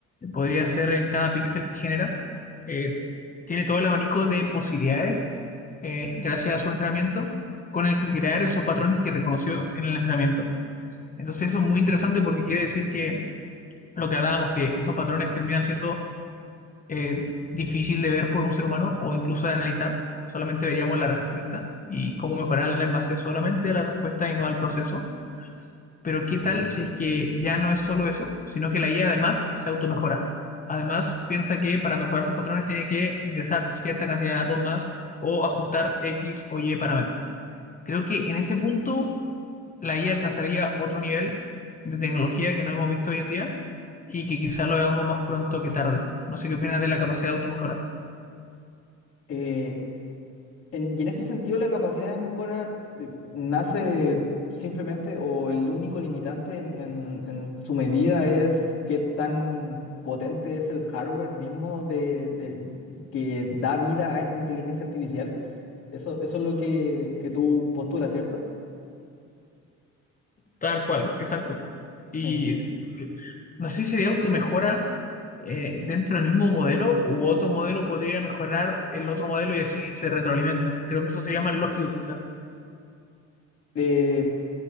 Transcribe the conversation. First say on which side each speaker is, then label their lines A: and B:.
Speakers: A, on the left; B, on the left.
A: podría ser en cada píxel que genera. eh, tiene todo el abanico de posibilidades, eh, gracias a su entrenamiento, con el que crear esos patrones que reconoció en el entrenamiento. Entonces eso es muy interesante porque quiere decir que lo que hablábamos, que esos patrones terminan siendo eh, difícil de ver por un ser humano o incluso de analizar. Solamente veríamos la respuesta y cómo mejorarla en base solamente a la respuesta y no al proceso. Pero ¿qué tal si es que ya no es solo eso, sino que la IA además se automejora? Además, piensa que para mejorar sus patrones tiene que ingresar cierta cantidad de datos más o ajustar X o Y parámetros. Creo que en ese punto la IA alcanzaría otro nivel de tecnología que no hemos visto hoy en día y que quizás lo veamos más pronto que tarde. No sé qué opinas de la capacidad de automejora.
B: Eh, En- y en ese sentido, la capacidad de mejora eh, nace simplemente, o el único limitante en, en- en su medida es qué tan potente es el hardware mismo de, de- que da vida a esta inteligencia artificial. Eso, eso es lo que, que tú postulas, ¿cierto?
A: Tal cual, exacto. Y
B: En-
A: no sé si sería automejora eh, dentro del mismo modelo u otro modelo podría mejorar el otro modelo y así se retroalimentan. Creo que eso sería más lógico quizás.
B: eh,